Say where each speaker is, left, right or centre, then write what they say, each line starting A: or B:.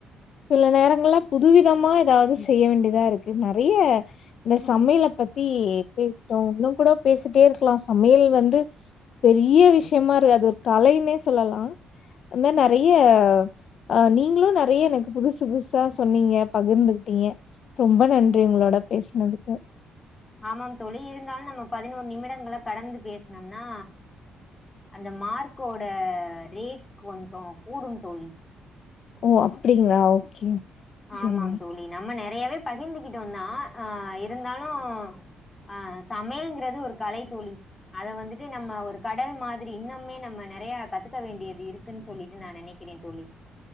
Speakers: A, on the left; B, on the left.
A: சில நேரங்கள்லா புதுவிதமா எதாவ்து செய்ய வேண்டியதா இருக்கு நெறைய இந்த சமையல பத்தி பேசிட்டோ இன்னு கூட பேசிட்டே இருக்லா சமையல் வந்து பெரிய விஷ்யமாரி அது தலைன்னு சொல்லலா இன்ன நெறைய அஹ் நீங்களு நெறைய எனக்கு புதுசு புதுசா சொன்னீங்க பகிர்ந்துகிட்டீங்க ரொம்ப நன்றி உங்களோட பேசுனதுக்கு
B: ஆமாங் தோழி இருந்தாலு நம்ம பதினோரு நிமிடங்கள கடந்து பேசுனம்னா அந்த மார்க்கோட ரேட் கொஞ்ச கூடும் தோழி
A: ஓ அப்டிங்ளா ஓகே
B: ஆமாங்
A: சேரி
B: தோழி நம்ம நேர் நெறையாவே பகிர்ந்துக்கிட்டு வந்தா ஆஹ் இருந்தாலு ஆஹ் சமையல்ங்கிறது ஒரு கலை தோழி அத வந்துட்டு நம்ம ஒரு கடல் மாதிரி இன்னம்மே நம்ம நெறையா கத் துக்க வேண்டியது இருக்குன் சொல்லிட் நா நெனைக்குறே தோழி